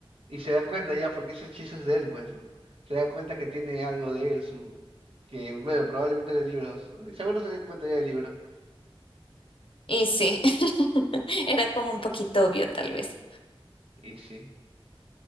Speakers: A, on the right; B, on the left.
A: Y se da cuenta ya, porque ese hechizo es de él, pues, ¿no? Se da cuenta que tiene algo de él, su, que, bueno, probablemente de libros. ¿no? Y seguro se da cuenta ya del libro.
B: Y sí, <laughs> era como un poquito obvio, tal vez.
A: Y sí.